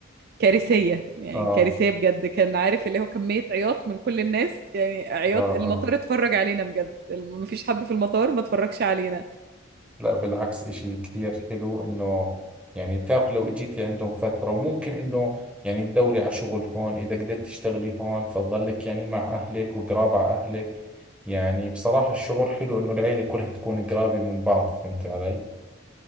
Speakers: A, on the right (about 45°); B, in the centre.
A: كارثية يعني
B: آه
A: كارثية بجد كان عارف اللي هو كمية عياط من كل الناس يعني عياط
B: آه
A: المطار
B: آه
A: اتفرج علينا بجد الم- مفيش حد في المطار ما اتفرجش علينا
B: لا بالعكس إشي كثير حلو إنه يعني بتعرف لو إجيتي عندهم فترة وممكن إنه يعني تدوري على شغل هون إذا قدرت تشتغلي هون فتظلك يعني مع أهلك وقراب على أهلك يعني بصراحة الشعور حلو إنه العيلة كلها تكون قرابة من بعض فهمتي علي؟